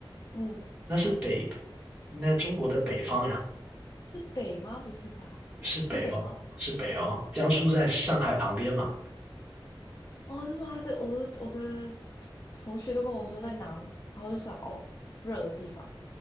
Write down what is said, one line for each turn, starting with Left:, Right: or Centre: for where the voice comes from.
Left: 嗯
Right: 那是北，那中国的北方呀，
Left: 是北吗？不是吧？
Right: 是北哦，
Left: 是北吗？
Right: 是北哦。江苏在上海旁边嘛，
Left: 哦是吧？这我的我的同学都跟我说在南，然后我就想哦热的地方